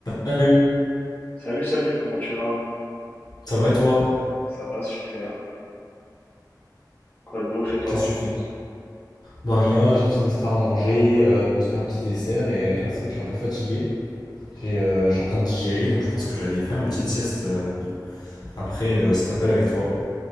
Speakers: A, on the left; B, on the left.
A: Salut,
B: Salut, salut, comment tu vas?
A: ça va et toi?
B: Ça va, super. Quoi de beau chez toi?
A: Qu'est-ce que tu fais? Bah rien, j'ai fini de faire à manger, euh, je me suis fait un petit dessert et là c'est vrai que je suis un peu fatigué. J'ai, euh, je suis en train de digérer donc je pense que je vais aller faire une petite sieste euh, après euh, cet appel avec toi.